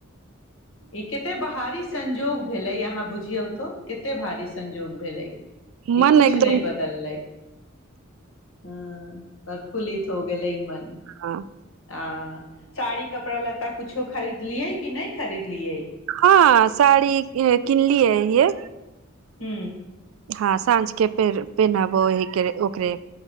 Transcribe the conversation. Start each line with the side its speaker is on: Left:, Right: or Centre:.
Left: एक तऽ बहारी संजोग भेले यहाँ बुझियऔ तो कते भारी संजोग भेलै कि
Right: मन
Left: किुछु
Right: एकदम
Left: नहि बदललै हँ परफुलित हो गेलय मन
Right: हँ
Left: आ साड़ी कपड़ा लत्ता कुछो खरीदलियै की नहि खरीदलियै
Right: हँ साड़ी किनली है ये
Left: हू
Right: हँ साँझ के पेनाबो ह ओकरे